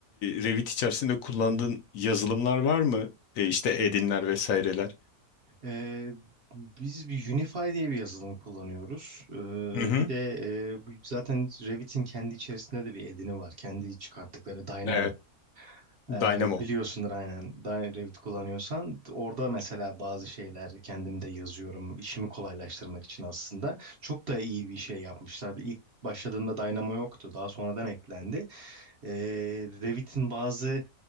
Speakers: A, on the left (about 70°); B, on the right (about 50°).
A: Revit içerisinde kullandığın yazılımlar var mı? E, işte Edinler vesaireler.
B: Ee, biz bir Unify diye bir yazılım kullanıyoruz. Ee,
A: Hı hı.
B: bir de e, bu- zaten Revit'in kendi içerisinde de bir edini var. Kendi çıkarttıkları Dynamo.
A: Evet. Dynamo.
B: Ee, biliyorsundur aynen Dy- Revit kullanıyorsan orada mesela bazı şeyler kendim de yazıyorum işimi kolaylaştırmak için aslında çok da iyi bir şey yapmışlar İlk başladığımda Dynamo yoktu daha sonradan eklendi Ee, Revit'in bazı